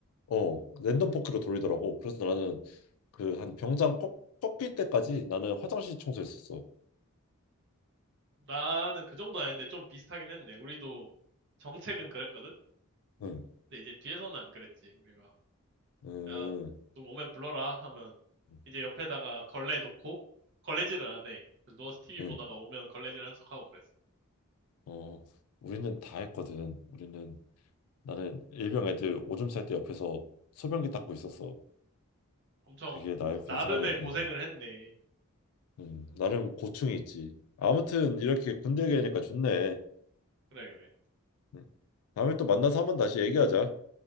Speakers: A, on the left; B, on the right.
A: 어 랜덤 포크로 돌리더라고. 그래서 나는 그 한 병장 꺾, 꺾일 때까지 나는 화장실 청소했었어.
B: 나는 그 정도 아닌데 좀 비슷하긴 했네 우리도 정책은 그랬거든
A: 응,
B: 근데 이제 뒤에서는 안 그랬지 우리가
A: 응,
B: 야 좀 오면 불러라 하면
A: 응.
B: 이제 옆에다가 걸레 놓고 걸레질을 안해 그래서 누워서 TV
A: 응.
B: 보다가 오면 걸레질 하는 척하고 그랬어
A: 어, 우리는 다 했거든. 우리는 나는 일병 애들 오줌 쌀 때 옆에서 소변기 닦고 있었어.
B: 엄청
A: 그게 나의 군
B: 나름의
A: 생활이었단다.
B: 고생을 했네.
A: 음, 나름 고충이 있지. 아무튼
B: 음,
A: 이렇게 군대 얘기하니까 좋네.
B: 그래, 그래.
A: 음, 다음에 또 만나서 한번 다시 얘기하자.